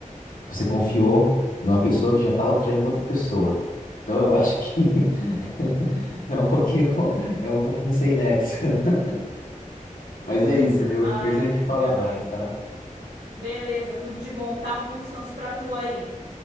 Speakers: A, on the left (about 80°); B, on the right (about 85°).
A: você confiou numa pessoa que já estava traindo outra pessoa. Então eu acho que <laughs> é um pouquinho com- é um pouquinho sem nexo. <laughs> Mas é isso, viu?
B: Ai,
A: Depois a gente fala
B: Gabi.
A: mais, tá?
B: Beleza, tudo de bom, tá? Um bom descanso pra tu aí.